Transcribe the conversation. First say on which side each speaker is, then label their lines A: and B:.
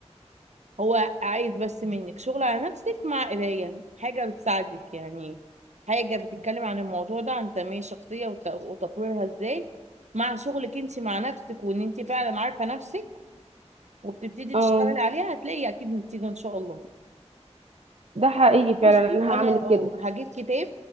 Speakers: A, on the right; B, on the right.
A: هو عايز بس منك شغل على نفسك مع قرايه حاجه بتساعدك يعني حاجه بتتكلم عن الموضوع ده عن تنميه الشخصيه وت... وتطويرها ازاي مع شغلك انت مع نفسك وان انت فعلا عارفه نفسك وبتبتدي
B: اه
A: تشتغلي عليها هتلاقي اكيد نتيجه ان شاء الله
B: ده حقيقي
A: بصي
B: فعلا انا
A: انا
B: هعمل كده
A: هجيب كتاب